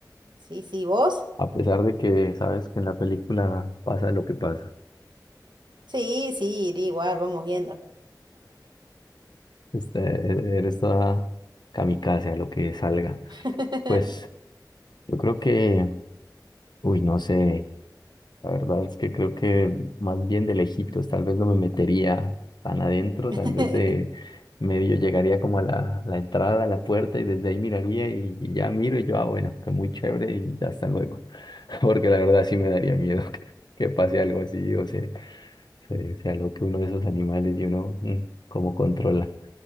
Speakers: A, on the right; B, on the left.
A: Sí, sí, ¿vos?
B: A pesar de que sabes que en la película pasa lo que pasa.
A: Sí, sí, iría igual, vamos viendo.
B: Este, e-, eres toda kamikaze a lo que salga.
A: <laughs>
B: Pues yo creo que Uy, no sé, la verdad es que creo que más bien de lejitos, tal vez no me metería tan adentro,
A: <laughs>
B: tal vez de medio llegaría como a la, la entrada, a la puerta y desde ahí miraría y, y ya miro y yo, ah, bueno, que muy chévere y ya hasta luego, <laughs> porque la verdad sí me daría miedo que, que pase algo así o se, se, se aloque uno de esos animales y uno, mm, ¿cómo controla?